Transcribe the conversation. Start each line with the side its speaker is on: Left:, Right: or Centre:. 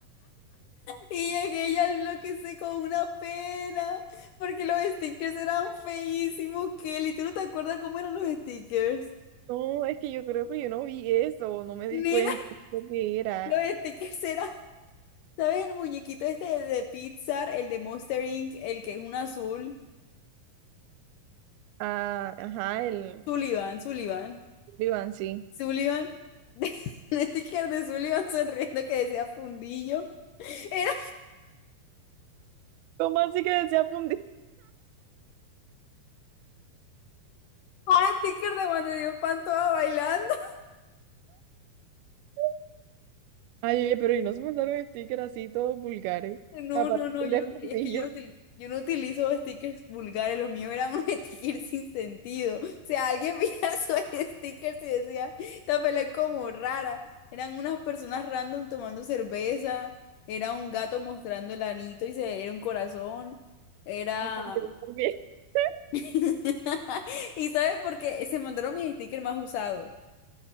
Left: Y llegué y al bloque sé con una pena, porque los stickers eran feísimos, Kelly. ¿Tú no te acuerdas cómo eran los stickers?
Right: No, es que yo creo que yo no vi eso, no me di
Left: Nina,
Right: cuenta de que
Left: <laughs>
Right: era.
Left: los stickers eran, ¿sabes? El muñequito este de Pixar, el de Monster Inc., el que es un azul.
Right: Ah, ajá, el
Left: Sullivan, Sullivan,
Right: Iván, sí.
Left: Sullivan. <laughs> Un sticker de Sullivan sonriendo que decía fundillo. Era
Right: ¿Cómo así que desea fundir?
Left: <laughs> un sticker de cuando dio Pantoja bailando.
Right: <laughs> Ay, oye, pero y no se mandaron stickers así todos vulgares,
Left: No,
Right: aparte
Left: no, no,
Right: del
Left: yo,
Right: de fundillo.
Left: utili- es que yo, util- yo no utilizo stickers vulgares, los míos eran unos <laughs> stickers sin sentido. O sea, alguien veía <laughs> sus stickers y decía, esta pelea es como rara. Eran unas personas random tomando cerveza, era un gato mostrando el anito y se era un corazón, era...
Right: Ay, yo también. <laughs>
Left: <laughs> ¿Y sabes por qué? Se mandaron mis stickers más usados.